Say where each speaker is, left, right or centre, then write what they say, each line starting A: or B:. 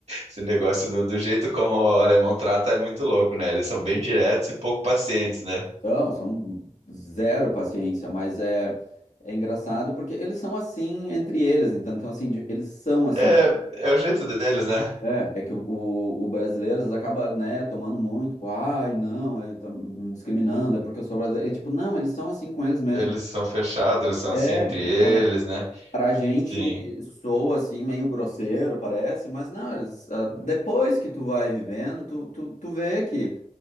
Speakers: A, on the right (about 60°); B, on the left (about 80°).
A: esse negócio do, do jeito como o alemão trata é muito louco, né? Eles são bem diretos e pouco pacientes, né?
B: São, são zero paciência, mas é, é engraçado porque eles são assim entre eles, então, então assim, de- eles são assim.
A: É, é o jeito deles, né?
B: É, é que o, o, o brasileiro às vezes acaba, né, tomando muito, tipo, ai, não, é, tá me discriminando, é porque eu sou brasileiro. E, tipo, não, eles são assim com eles mesmos.
A: Eles são fechados, eles são
B: É,
A: assim entre eles,
B: então
A: né?
B: pra gente
A: Sim,
B: soa assim meio grosseiro, parece, mas não, eles, ah, depois que tu vai vivendo, tu, tu, tu vê que,